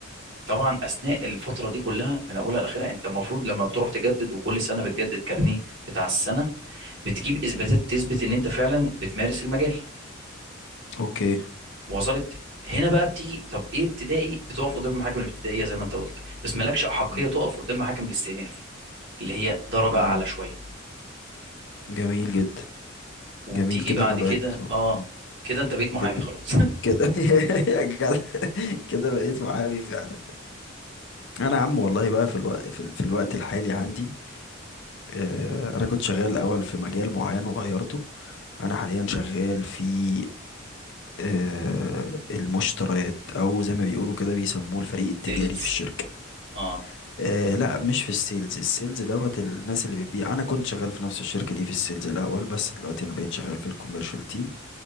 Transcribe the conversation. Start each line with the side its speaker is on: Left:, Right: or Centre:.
Right: طبعا أثناء الفترة دي كلها من أولها لآخرها أنت المفروض لما بتروح تجدد وكل سنة بتجدد كارنيه بتاع السنة بتجيب إثباتات تثبت إن أنت فعلا بتمارس المجال
Left: اوكي
Right: وصلت هنا بقى بتيجي طب ايه ابتدائي بتقف قدام المحاكم الابتدائيه زي ما انت قلت بس مالكش احقيه
Left: مم.
Right: تقف قدام محاكم الاستئناف اللي هي درجه
Left: مم.
Right: اعلى شويه
Left: جميل جدا
Right: وبتيجي
Left: جميل كده
Right: بعد
Left: انا بقيت
Right: كده اه
Left: مم.
Right: كده انت بقيت محامي
Left: كده
Right: خلاص <laughs>
Left: كده <laughs> يا جدع كده بقيت معايا فعلا انا يا عم والله بقى في الوقت في, ال... في الوقت الحالي عندي آه، انا كنت شغال الاول في مجال معين وغيرته انا حاليا شغال في آه، المشتريات او زي ما بيقولوا كده بيسموه الفريق التجاري
Right: سيلز
Left: في الشركة
Right: اه
Left: آه لا مش في السيلز السيلز دوت الناس اللي بتبيع انا كنت شغال في نفس الشركة دي في السيلز الاول بس دلوقتي انا بقيت شغال في الكوميرشال تيم